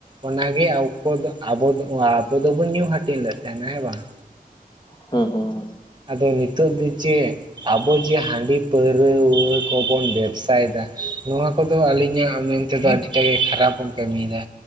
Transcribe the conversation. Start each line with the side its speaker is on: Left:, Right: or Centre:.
Right: ᱚᱱᱟᱜᱮ ᱟᱵᱚ ᱫᱚ ᱟᱵᱚ ᱫᱚ ᱟᱵᱚ ᱫᱚᱵᱚᱱ ᱧᱩ ᱦᱟᱹᱴᱤᱧ ᱞᱮᱫ ᱛᱟᱦᱮᱸᱱᱟ ᱦᱮᱸ ᱵᱟᱝ
Left: ᱦᱩᱸ ᱦᱩᱸ ᱦᱩᱸ
Right: ᱟᱫᱚ ᱱᱤᱛᱳ ᱫᱚ ᱪᱮᱫ ᱟᱵᱚ ᱡᱮ ᱦᱟᱺᱰᱤ ᱯᱟᱹᱣᱨᱟᱹ ᱠᱚᱵᱚᱱ ᱵᱮᱵᱽᱥᱟ ᱭᱮᱫᱟ ᱱᱚᱣᱟ ᱠᱚᱫᱚ ᱟᱹᱞᱤᱧᱟᱜ ᱢᱮᱱ ᱛᱮᱫᱚ ᱟᱹᱰᱤᱴᱟᱜ ᱜᱮ ᱠᱷᱟᱨᱟᱯ ᱵᱚᱱ ᱠᱟᱹᱢᱤᱭᱫᱟ